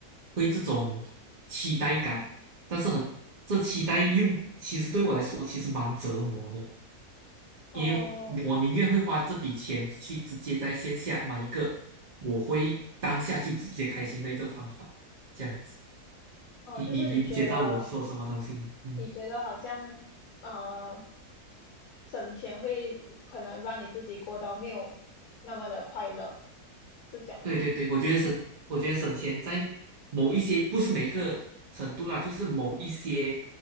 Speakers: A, on the right; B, on the left.
A: 会这种期待感，但是很这期待又说其实蛮折磨的。
B: 哦
A: 因为我宁愿会花这笔钱去直接在线下买一个，我会当下就直接开心的一个方法，这样子，
B: 哦，
A: 你你理解到我说什么东西没？
B: 就是你觉得
A: 嗯，
B: 你觉得好像呃省钱会可能让你自己过到没有那么的快乐，是这样吗？
A: 对对对，我觉得省，我觉得省钱在某一些不是每一个程度啦，就是某一些